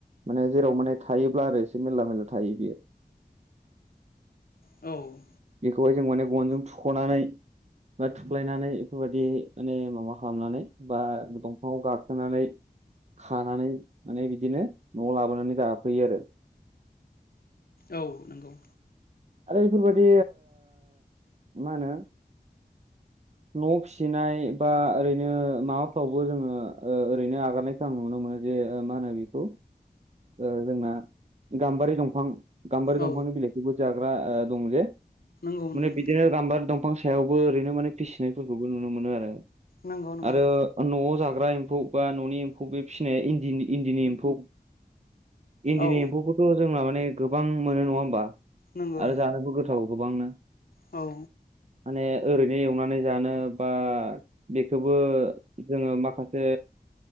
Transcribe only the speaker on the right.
माने जेराव माने थायोब्ला आरो एसे मेरला मेरला थायो बियो।
बेखौहाय जों माने गनजों थुख'नानै बा थुख्लायनानै बेफोरबायदि माने माबा खालामनानै बा दंफाङाव गाखोनानै खानानै माने बिदिनो न'आव लाबोनानै जाफैयो आरो।
आरो बेफोरबादि मा होनो न' फिसिनाय बा ओरैनो माबाफ्रावबो जोङो ओरैनो आगारनाय मोजां नुनो मोनो जे मा होनो बि बेखौ जोंना गाम्बारि दंफां गाम्बारि
दंफांनि बिलाइखौबो जाग्रा दं जे
माने बिदिनो गाम्बार दंफां सायावबो ओरैनो माने फिसिनायफोरखौबो नुनो मोनो आरो।
आरो न'आव जाग्रा एम्फौ बा न'नि एम्फौ बे फिसिनाया इन्दिनि इन्दिनि एम्फौ इन्दिनि
एम्फौखौथ' जोंना माने गोबां मोनो नङा होमबा
आरो जानोबो गोथाव गोबांनो।
माने ओरैनो एवनानै जानो बा बेखौबो जोङो माखासे